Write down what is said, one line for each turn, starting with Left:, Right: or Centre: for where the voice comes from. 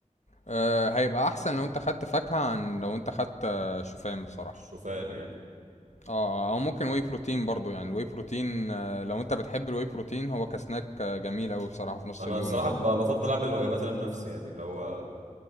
Left: أه هيبقى احسن لو انت خدت فاكهة عن لو انت خدت آه، شوفان بصراحة
Right: الشوفان يعني
Left: اه آه، او ممكن واي بروتين برضو يعني الواي بروتين آه، لو انت بتحب الواي بروتين هو كسناك آه، جميل اوي بصراحة في نص
Right: انا
Left: اليوم
Right: الصراحه
Left: يعني
Right: ب- بفضل اعمل وجبات انا بنفسي يعني اللي هو